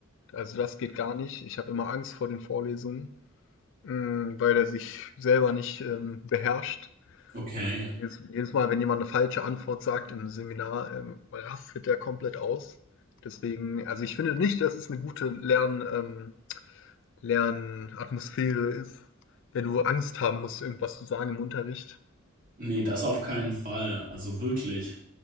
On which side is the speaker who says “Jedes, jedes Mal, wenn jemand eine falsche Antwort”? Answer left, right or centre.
Left